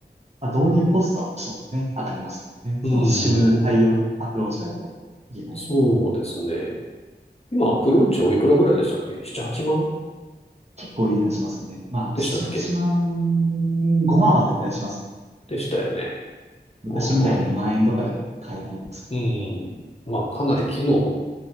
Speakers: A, on the right; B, on the left.
A: まあ、導入コストは多少ね、上がりますけどね。
B: うーん。
A: その SIM 対応、Apple Watch しないといけない。
B: そうですね。今、アプローチおいくらぐらいでしたっけ ?7、8万
A: 結構いい値段しますので、まあ、7、
B: でしたっけ
A: 8万、5万は絶対しますね。
B: でしたよね。
A: 昔みたいに2万円とかで買えないです。
B: まあまあ。うん。まあ、かなり機能も